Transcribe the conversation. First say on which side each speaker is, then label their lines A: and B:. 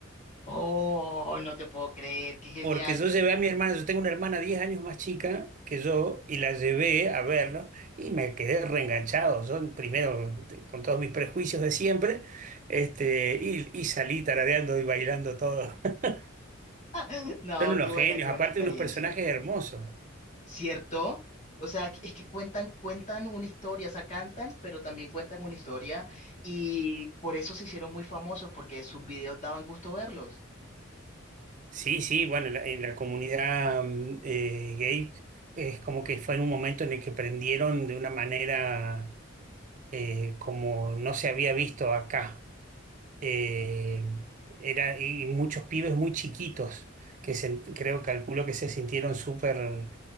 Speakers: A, on the left; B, on the right.
A: Oh, no te puedo creer, qué genial.
B: Porque yo llevé a mi hermana, yo tengo una hermana 10 años más chica que yo, y la llevé a verlo, y me quedé reenganchado. Yo, primero, te- con todos mis prejuicios de siempre, este, y, y salí tarareando y bailando todo. <laughs>
A: <laughs> No,
B: Son unos
A: qué buena,
B: genios,
A: qué buena
B: aparte
A: experiencia.
B: unos personajes hermosos.
A: ¿Cierto? O sea, que- es que cuentan, cuentan una historia, o sea, cantan, pero también cuentan una historia y por eso se hicieron muy famosos, porque sus videos daban gusto verlos.
B: Sí, sí, bueno, en la, en la comunidad mm, eh, gay es como que fue en un momento en el que prendieron de una manera eh, como no se había visto acá. eh, era, y muchos pibes muy chiquitos que se- creo, calculo que se sintieron súper